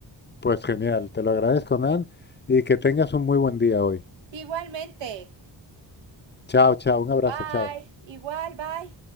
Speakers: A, on the left; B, on the right.
A: Pues genial, te lo agradezco, Nan, y que tengas un muy buen día hoy.
B: Igualmente.
A: Chao, chao, un abrazo,
B: Bye.
A: chao.
B: Igual, bye.